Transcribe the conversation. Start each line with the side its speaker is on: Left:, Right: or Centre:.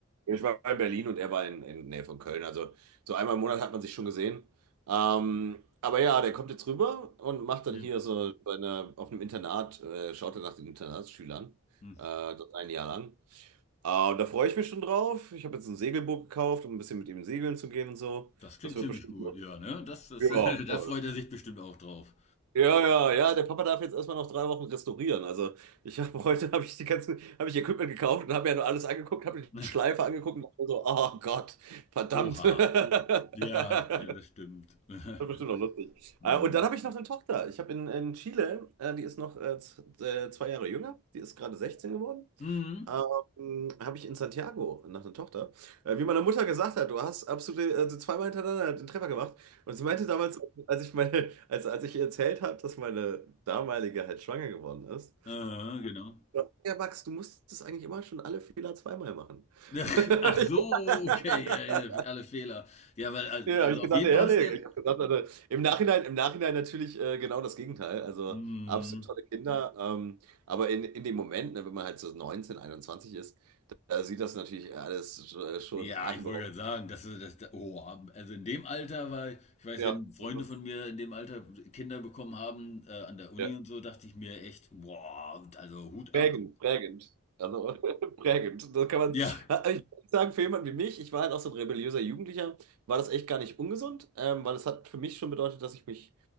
Right: Ich war in Berlin und er war in, in der Nähe von Köln. Also so einmal im Monat hat man sich schon gesehen. Ähm, aber ja, der kommt jetzt rüber und macht dann
Left: Ja.
Right: hier so bei einer, auf einem Internat, äh, schaut er nach den Internatsschülern.
Left: Hm.
Right: Äh, das ein Jahr lang. Äh, da freue ich mich schon drauf. Ich habe jetzt ein Segelboot gekauft, um ein bisschen mit ihm segeln zu gehen und so.
Left: Das klingt
Right: Das wird
Left: ziemlich
Right: bestimmt.
Left: gut, ja, ne? Das, das,
Right: Ja,
Left: <laughs> da
Right: cool.
Left: freut er sich bestimmt auch drauf.
Right: Ja, ja, ja, der Papa darf jetzt erstmal noch drei Wochen restaurieren. Also ich habe <laughs> heute habe ich die ganze, habe ich Equipment gekauft und habe mir ja nur alles angeguckt, habe die
Left: <laughs>
Right: Schleife angeguckt und dachte so, oh Gott, verdammt.
Left: Oha.
Right: <laughs>
Left: Ja, ja, das stimmt. <laughs>
Right: Das ist bestimmt auch lustig. Äh,
Left: Mhm.
Right: und dann habe ich noch eine Tochter. Ich habe in, in Chile, äh, die ist noch äh, z- äh, zwei Jahre jünger, die ist gerade 16 geworden.
Left: Mhm.
Right: Ähm, habe ich in Santiago nach einer Tochter. Äh, wie meine Mutter gesagt hat, du hast absolut also zweimal hintereinander den Treffer gemacht. Und sie meinte damals, als ich meine, <laughs> als, als ich ihr erzählt habe, dass meine damalige halt schwanger geworden ist.
Left: Äh, genau.
Right: Ja, ja, Max, du musstest eigentlich immer schon alle Fehler zweimal machen.
Left: <laughs>
Right: <laughs>
Left: Ach so, okay, ja, ja, alle Fehler. Ja, weil, also
Right: Ja,
Left: also
Right: hab ich gedacht,
Left: auf jeden
Right: ja,
Left: Fall hast
Right: nee,
Left: du.
Right: ich habe gedacht, also, im Nachhinein, im Nachhinein natürlich äh, genau das Gegenteil. Also
Left: Mhm.
Right: absolut tolle Kinder. Ähm, aber in, in dem Moment, ne, wenn man halt so 19, 21 ist, da sieht das natürlich alles sch- äh, schon
Left: Ja,
Right: atemberaubend.
Left: ich wollte gerade sagen, das ist das, oh, also in dem Alter war, ich weiß,
Right: Ja,
Left: wenn Freunde
Right: das
Left: von
Right: ist,
Left: mir in dem Alter Kinder bekommen haben, äh, an der Uni
Right: ja,
Left: und so, dachte ich mir echt, boah, also Hut
Right: prägend,
Left: ab.
Right: prägend. Also <laughs> prägend. Das kann man,
Left: Ja,
Right: Ha, ich muss sagen, für jemanden wie mich, ich war halt auch so ein rebelliöser Jugendlicher, war das echt gar nicht ungesund, ähm, weil es hat für mich schon bedeutet, dass ich mich